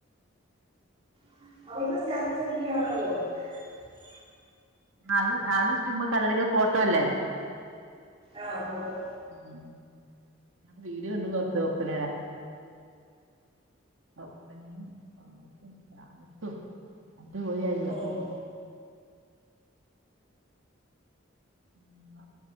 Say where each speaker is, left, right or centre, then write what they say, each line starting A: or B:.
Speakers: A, on the right; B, on the right.
A: <inaudible>
B: അത് അത് ചുമ്മാ <unintelligible> ഫോട്ടോ അല്ലേ
A: ആഹ് ഫോട്ടോ
B: ഉം വീഡിയോ കണ്ട് നോക്ക് ഒപ്പനേടെ <inaudible> പാട്ടും ഡാൻസും അടിപൊളിയാരുന്നു
A: ഉം.
B: ഉം